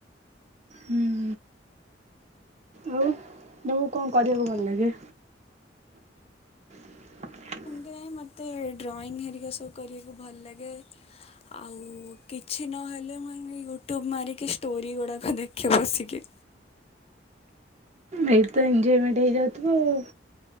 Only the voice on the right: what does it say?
ହୁଁ। ଆଉ ତମକୁ କଣ କରିବାକୁ ଭଲ ଲାଗେ <unintelligible>
ଏଇଠି ତ ଏଜୟମେଣ୍ଟ ହେଇଯାଉଥୁବ ଆଉ।